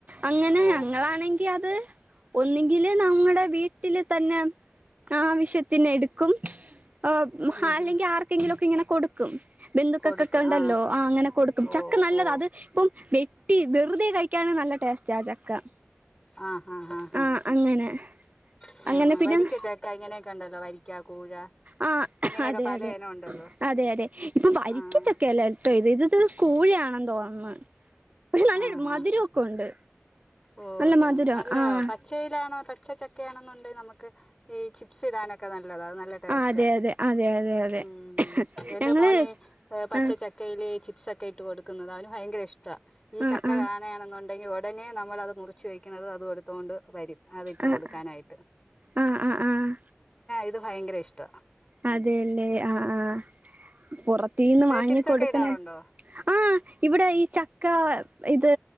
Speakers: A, on the right; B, on the left.
A: അങ്ങനെ
B: ഓ
A: ഞങ്ങളാണെങ്കിൽ അത് ഒന്നങ്കില് നമ്മുടെ വീട്ട തന്നെ ആവശ്യത്തിന് എടുക്കും ആ
B: ഉം
A: അല്ലെങ്കി
B: ഉം
A: ആർക്കെങ്കിലൊക്കെ ഇങ്ങനെ കൊടുക്കും ബന്ധുക്കൊക്ക
B: കൊടുക്കും
A: ഉണ്ടല്ലോ
B: ആഹ്
A: ആ അങ്ങനെ കൊടുക്കും
B: ഓ
A: ചക്ക നല്ലത
B: ഓ
A: അത് ഇപ്പം വെറുതെ കഴിക്കാന് നല്ല ടേസ്റ്റ ചക്ക
B: ആഹ ഹഹ്
A: ആ
B: ആഹ്
A: അങ്ങനെ
B: ഹഹ
A: അങ്ങനെ
B: ഉ
A: പിന്നെ
B: വരിക്ക ചക്ക ഇങ്ങനൊക്ക ഉണ്ടല്ലോ വരിക്ക കൂഴ
A: ആ
B: ഇങ്ങനെയൊക്കെ
A: അതെ
B: പല
A: അതെ
B: ഇനം ഉണ്ടല്ലോ
A: അതെ അതെ ഇപ്പൊ വരിക്കച്ചൊക്കെല്ലോ
B: ആഹ്
A: ഏട്ടോ ഇത് ഇത്ത് കൂഴിയണെന്ന് തോന്നുന്നു പക്ഷെ നല്ല
B: ആഹ്
A: മധുരൊക്കെ
B: ആഹ്
A: ഉണ്ട്
B: ഓ
A: നല്ല
B: അതാണ്
A: മധുരം
B: അല്ല
A: ആഹ്
B: പച്ചയിലാണോ പച്ചച്ചക്കയാണെന്നുണ്ടെ നമുക്ക് ഈ ചിപ്സ് ഇടാനൊക്കെ നല്ല നല്ലത അത് നല്ല ടേസ്റ്റ.
A: ആഹ് അതെ അതെ അതെ അതെ അതെ
B: ഉം എന്റെ
A: ഞങ്ങള്
B: മോന് പച്ച
A: ആഹ്
B: ചക്കയില് ചിപ്സക്ക ക്കെട്ട് കൊടുക്കുന്നത് അവന് ഭയങ്കര ഇഷ്ടമ ഈ
A: ആഹ്
B: ചക്ക
A: ആഹ്
B: കാണയാണെന്നുണ്ട് തുടങ്ങി ഒടനെ നമ്മളത് മുറിച്ച് വയ്ക്കും അതു എടുത്തോണ്ട് വരും അത്ട്ട
A: ആഹ്
B: കൊടുക്കാനായിട്ട്
A: ആഹ് ആഹ് ആഹ്
B: അത് ഭയങ്കര ഇഷ്ട
A: അതെല്ലേ ആ ആ പുറത്തീന്ന് വാങ്ങിക്കൊട്ക്കലാണ്.
B: ചിപ്സൊക്കെ ഇടാറുണ്ടോ
A: ആഹ് ഇവിടെ ഈ ചക്ക ഇത്